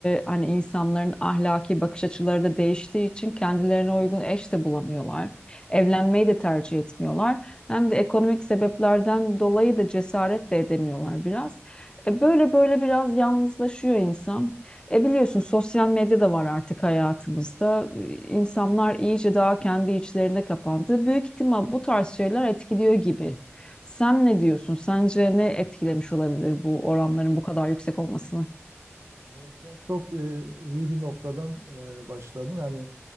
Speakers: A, on the left (about 20°); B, on the right (about 70°).
A: hani insanların ahlaki bakış açıları da değiştiği için kendilerine uygun eş de bulamıyorlar. Evlenmeyi de tercih etmiyorlar. Hem de ekonomik sebeplerden dolayı da cesaret de edemiyorlar biraz. E böyle böyle biraz yalnızlaşıyor insan. E biliyorsun sosyal medya da var artık hayatımızda. E, İnsanlar iyice daha kendi içlerine kapandı. Büyük ihtimal bu tarz şeyler etkiliyor gibi. Sen ne diyorsun? Sence ne etkilemiş olabilir bu oranların bu kadar yüksek olmasını?
B: Evet ya çok e, iyi bir noktadan e, başladın. Hani